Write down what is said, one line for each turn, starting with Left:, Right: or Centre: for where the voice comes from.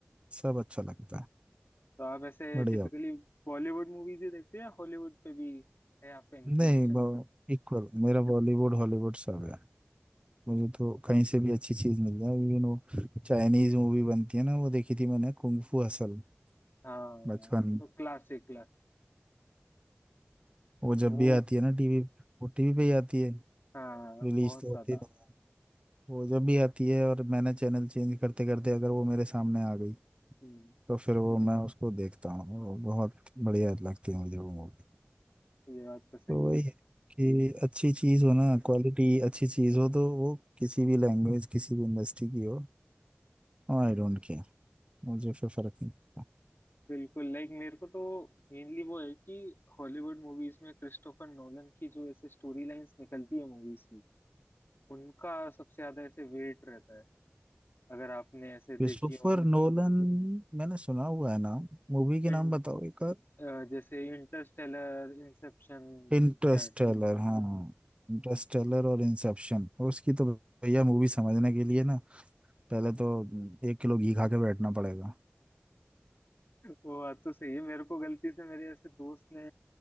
Right: सब अच्छा लगता है
Left: तो आप ऐसे
Right: बढ़िया
Left: टिपिकली बॉलीवुड मूवीज ही देखते हैं या हॉलीवुड पे भी है आपका इंक्लिनेशन
Right: नहीं इक्वल मेरा बॉलीवुड हॉलीवुड सब है मुझे तो कहीं से भी अच्छी चीज मिल जाए इवन वो चाइनीज मूवी बनती है ना वो देखी थी मैंने कुंग फू हसल
Left: हाँ
Right: बचपन में।
Left: तो क्लासिक क्लास
Right: वो जब
Left: वो
Right: भी आती है ना टीवी वो टीवी पे ही आती है
Left: हाँ
Right: रिलीज
Left: बहुत
Right: तो
Left: ज्यादा
Right: होती नहीं है वो जब भी आती है और मैंने चैनल चेंज करते करते अगर वो मेरे सामने आ गई
Left: हम्म
Right: तो फिर वो मैं उसको देखता हूँ वो बहुत बढ़िया लगती है मुझे वो मूवी
Left: ये बात तो सही
Right: तो वही
Left: है
Right: है कि अच्छी चीज हो ना क्वालिटी अच्छी चीज हो तो वो किसी भी लैंग्वेज किसी भी इंडस्ट्री की हो आई डोंट केयर मुझे फिर फर्क नहीं पड़ता
Left: बिल्कुल लाइक मेरे को तो मेनली वो है कि हॉलीवुड मूवीज में क्रिस्टोफर नोलन की जो ऐसे स्टोरी लाइंस निकलती है मूवीज की उनका सबसे ज्यादा ऐसे वेट रहता है अगर आपने ऐसे
Right: क्रिस्टोफर
Left: देखी हो
Right: नोलन मैंने सुना हुआ है नाम मूवी के
Left: इन
Right: नाम बताओ एक और
Left: अ, जैसे इंटरस्टेलर इंसेप्शन
Right: इंटरस्टेलर
Left: या
Right: हाँ
Left: हाँ
Right: इंटरस्टेलर और इंसेप्शन उसकी तो भैया मूवी समझने के लिए ना पहले तो एक किलो घी खा के बैठना पड़ेगा
Left: वो बात तो सही है मेरे को गलती से मेरे ऐसे दोस्त ने